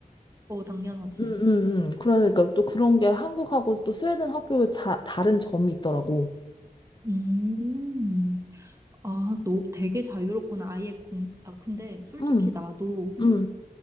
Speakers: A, on the right; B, on the left.
A: 어, 당연하지.
B: 음, 음, 음. 그러니까 또 그런 게 한국하고 또 스웨덴 학교의 자, 다른 점이 있더라고.
A: 음. 아, 너 되게 자유롭구나. 아예 공, 아, 근데 솔직히
B: 응
A: 나도
B: 응